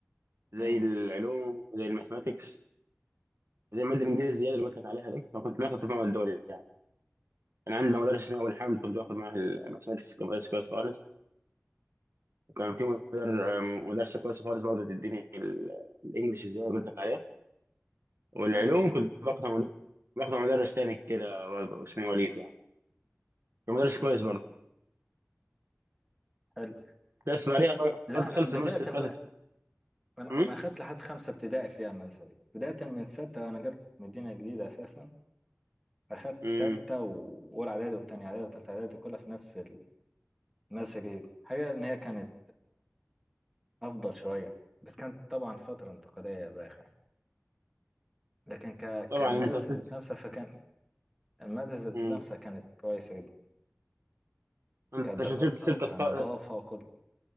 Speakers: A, on the right (about 60°); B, in the centre.
A: زي
B: امم
A: العلوم زي الماثماتكس زي الماده الانجليزي الزياده اللي قلت لك عليها دي فكنت باخد في المواد دول يعني كان عندنا مدرس اسمه ابو الحمد كنت باخد معاه الماثماتكس كان مدرس كويس خالص وكان في مدر مدرسه كويسه خالص برضه بتديني ال- الانجليش الزياده اللي قلت لك عليها والعلوم
B: حلو والله
A: كنت باخدها مدرس باخدها مدرس تاني كده برضه اسمه وليد يعني كان مدرس كويس برضه
B: حلو
A: بس بعدها بقى-
B: لا انا
A: خلصت
B: بدايه
A: المدرسه
B: بقى
A: اللي
B: انا
A: فاتت
B: انا اخدت لحد خمسه ابتدائي فيها المدرسه دي بدايه من سته انا جبت مدينه جديده اساسا اخدت
A: امم
B: سته و- واولى اعدادي والتانية اعدادي والتالتة اعدادي كلها في نفس المدرسه الجديده حاجه ان هي كانت افضل شويه بس كانت طبعا فتره انتقاليه بايخه يعني. لكن ك...
A: طبعا
B: كالمدرسة
A: انت سبت
B: ذات نفسها فكان المادة ذات
A: امم
B: نفسها كانت كويسة جدا
A: انت
B: كدراسة
A: عشان سبت سبت
B: وكنظافة
A: اصدقاء
B: وكل